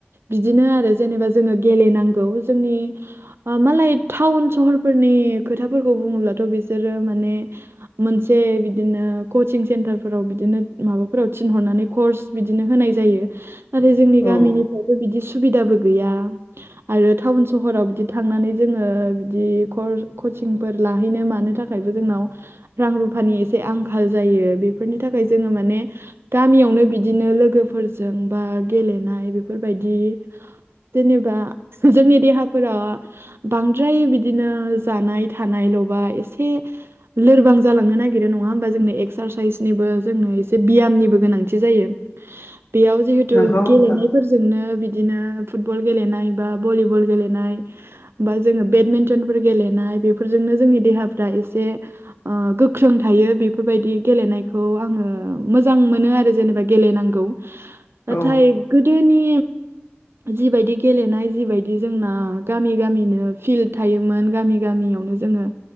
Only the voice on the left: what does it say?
औ
नंगौ
नोंथां
औ